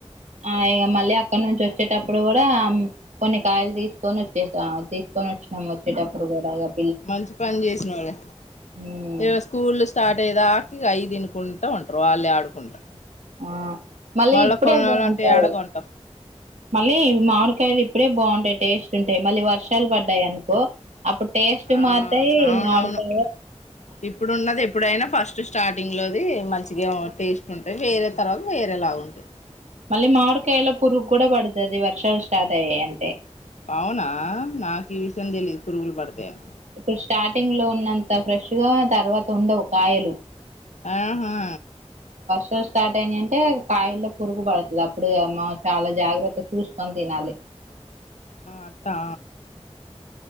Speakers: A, on the right; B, on the left.
A: మా మళ్ళా అక్కడ నుంచి వచ్చేటప్పుడు కూడా కొన్ని కాయలు తీసుకొని వచ్చేసాం తీసుకొని వచ్చినాం వచ్చేటప్పుడు ఇప్పుడు కూడ ఆగాం
B: మంచి పని చేసినావులే
A: ఉమ్
B: ఇక స్కూల్ స్టార్ట్ అయ్యేదాక ఇక అవి తినుకుంటా ఉంటారు వాళ్ళే ఆడుకుంటా
A: ఆ మళ్ళీ
B: మళ్ళా
A: ఇప్పుడే
B: కొనాలంటే
A: బాగుంటాయి
B: యాడ కొంటాం
A: మళ్ళీ మామిడికాయలు ఇప్పుడే బాగుంటాయి టేస్ట్ ఉంటాయి మళ్ళీ వర్షాలు పడ్డాయి అనుకో అప్పుడు టేస్ట్
B: ఆ
A: మారుతాయి
B: అవునవును
A: మాడితో
B: ఇప్పుడున్నది ఎప్పుడైనా ఫస్ట్ స్టార్టింగ్ లోది మంచిగా టేస్ట్ ఉంటాయి వేరే తర్వాత వేరేలాగా ఉంటాయి
A: మళ్ళీ మామిడికాయలో పురుగు కూడా పడుతాది వర్షాలు స్షార్ట్ అయ్యాయి అంటే
B: అవునా నాకు ఈ విషయం తెలిదు పురుగులు పడుతాయని
A: ఇప్పుడు స్టార్టింగ్ లో ఉన్నంత ఫ్రెష్ గా తర్వాత ఉండవు కాయలు
B: ఆహా
A: వర్షం స్టార్ట్ అయినాయి అంటే కాయల్లో పురుగు పడుతాది అప్పుడు చాలా జాగ్రత్త చూసుకొని తినాలి
B: అట్టా